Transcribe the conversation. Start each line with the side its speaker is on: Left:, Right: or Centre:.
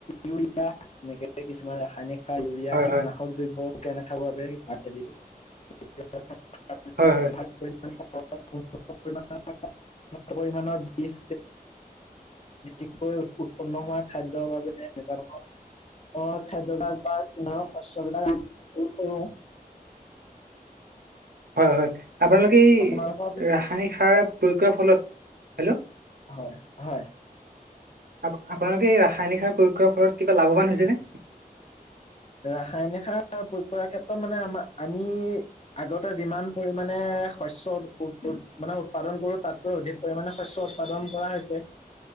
Left: ইউৰিয়া এনেকে কিছুমান ৰাসায়নিক সাৰ, ইউৰিয়া,
Right: হয়
Left: কীটনাশ
Right: হয়
Left: <unintelligible>
Right: হয় হয়
Left: <unintelligible> <unintelligible> পৰিমানৰ বীজ <unintelligible> উৎপন্ন হোৱা খাদ্যৰ বাবে এনেকুৱা ধৰণৰ অ', খাদ্যভাস বা <unintelligible> শস্যবিলাক আমি প্ৰয়োগ কৰো।
Right: হয়, হয়, আপোনালোকে এই
Left: আপোনালোকৰ
Right: ৰাসায়নিক সাৰ প্ৰয়োগ কৰাৰ ফলত হেল্ল'
Left: হয়, হয়।
Right: আপোনালোকে এই ৰাসায়নিক সাৰ প্ৰয়োগ কৰাৰ ফলত কিবা লাভৱান হৈছে নে?
Left: ৰাসায়নিক সাৰ প্ৰয়োগ কৰাৰ ক্ষেত্ৰত মানে আমা আমি আগতে যিমান পৰিমানে শস্য উৎ মানে উৎপাদন কৰো। তাতকৈ অধিক পৰিমমানে শস্য উৎপাদন কৰা হৈছে।